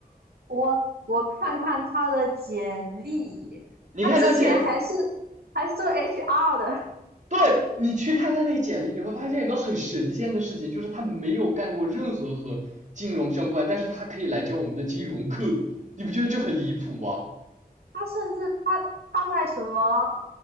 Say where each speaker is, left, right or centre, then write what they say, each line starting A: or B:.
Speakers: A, on the right (about 85°); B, on the right (about 50°).
A: 我我看看他的简历，
B: 你看他简，
A: 他之前还是还是做 HR 的，
B: 对你去看他那个简历，你会发现一个很神仙的事情，就是他没有干过任何和金融相关，但是他可以来教我们的金融课，你不觉得这很离谱吗？”
A: 他甚至他他在什么